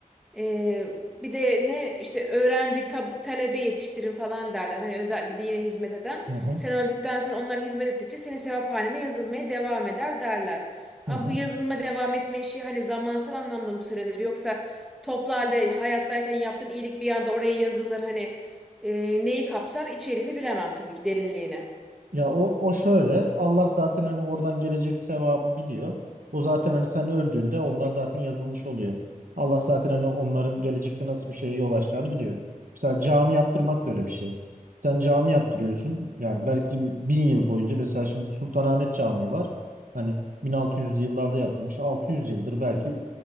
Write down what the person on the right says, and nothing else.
Hı hı.
Hı hı.
Ya o, o şöyle Allah zaten hani oradan gelecek sevabı biliyor. O zaten hani sen öldüğünde onlar zaten yazılmış oluyor. Allah zaten hani onların gelecekte nasıl bir şeye yol açacağını biliyor. Mesela cami yaptırmak da öyle bir şey. Sen cami yaptırıyorsun yani belki bir- bin yıl boyunca mesela şimdi Sultanahmet Camii var. Hani 1600'lü yıllarda yapılmış 600 yıldır belki